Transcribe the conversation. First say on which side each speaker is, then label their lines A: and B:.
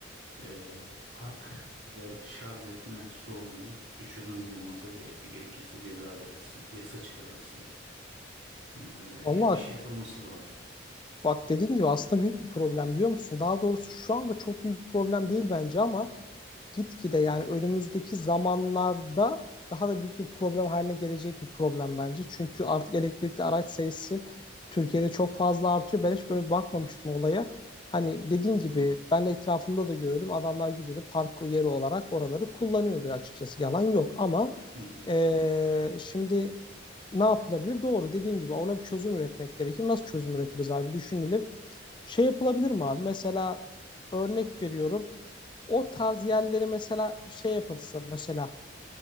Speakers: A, on the right; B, on the left.
A: e, park ve şarj etme sorununu bir çözüm bulunması gerekiyor. Gerekirse ceza verilsin, yasa çıkarılsın. E,
B: Vallahi
A: ya bir şey yapılması lazım.
B: bak dediğin gibi aslında büyük bir problem biliyor musun? Daha doğrusu şu anda çok büyük bir problem değil bence ama gitgide yani önümüzdeki zamanlarda daha da büyük bir problem haline gelecek bir problem bence. Çünkü artık elektrikli araç sayısı Türkiye'de çok fazla artıyor. Ben hiç böyle bakmamıştım olaya. Hani dediğin gibi ben de etrafımda da görüyordum. Adamlar gidiyordu park yeri olarak oraları kullanıyordu açıkçası. Yalan yok ama
A: Hı hı.
B: eee, şimdi ne yapılabilir? Doğru dediğin gibi ona bir çözüm üretmek gerekir. Nasıl çözüm üretiriz abi düşünelim. Şey yapılabilir mi abi? Mesela örnek veriyorum. O tarz yerleri mesela şey yapılsa mesela